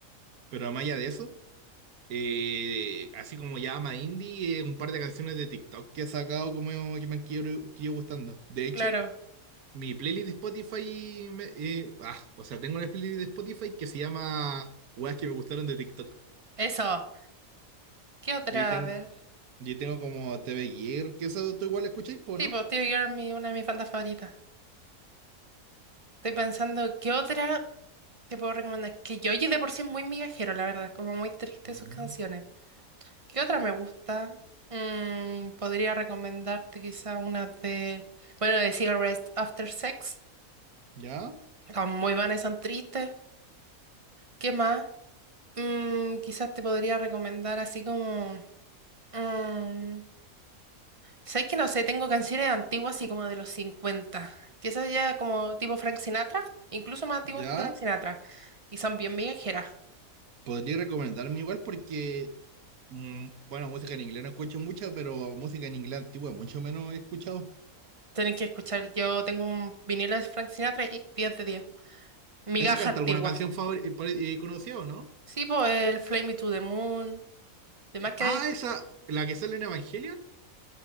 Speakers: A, on the right; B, on the right.
A: pero más allá de eso, eh, así como ya ama indie, eh, un par de canciones de TikTok que ha sacado como que me han ido ido gustando. De hecho...
B: claro.
A: Mi playlist de Spotify, me- eh, ah, o sea, tengo una playlist de Spotify que se llama Weas que me gustaron de TikTok.
B: Eso. ¿Qué otra?
A: Y ahí, ten-
B: A ver.
A: y ahí tengo como TV Gear, que eso tú igual escucháis, po,
B: Sí,
A: ¿no?
B: pues Tear Girl, mi- una de mis bandas favoritas. Estoy pensando, ¿qué otra te puedo recomendar? Que yo oye de por sí es muy migajero, la verdad, como muy triste
A: Mm.
B: sus canciones. ¿Qué otra me gusta? Mm, podría recomendarte quizá una de, bueno, de Cigarettes After Sex.
A: Ya,
B: Muy vanas son tristes. ¿Qué más? Mm, quizás te podría recomendar así como... mm, ¿sabes que no sé? Tengo canciones antiguas así como de los 50. Quizás ya como tipo Frank Sinatra, incluso más antiguas
A: ya.
B: que Frank Sinatra. Y son bien migajeras.
A: Podría recomendarme igual porque, mm, bueno, música en inglés no escucho mucha, pero música en inglés antigua mucho menos he escuchado.
B: Tenés que escuchar, yo tengo un vinilo de Frank Sinatra y 10 de 10. Migaja
A: ¿Ese canta
B: antigua.
A: alguna canción favor- eh, pare- eh, conocida o no?
B: Sí, pues el Fly Me to the Moon. Demás que
A: Ah,
B: hay-
A: esa, la que sale en Evangelion.